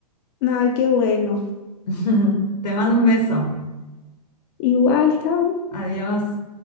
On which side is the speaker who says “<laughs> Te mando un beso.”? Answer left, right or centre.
Left